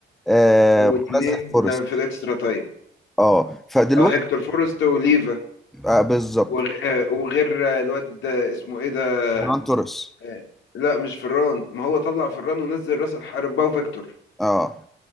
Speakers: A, in the centre; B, on the left.
A: آه
B: واتنين
A: نزل فورست
B: لا، في الاكسترا تايم
A: اه فدلوقتي
B: اه هيكتور فورست وليفا
A: آه بالظبط
B: وغ- آه، وغير آه، الواد آه، اسمه ايه ده
A: فران توريس
B: آه، لا مش فران ما هو طلع فران ونزل راس الحرب باو فيكتور
A: اه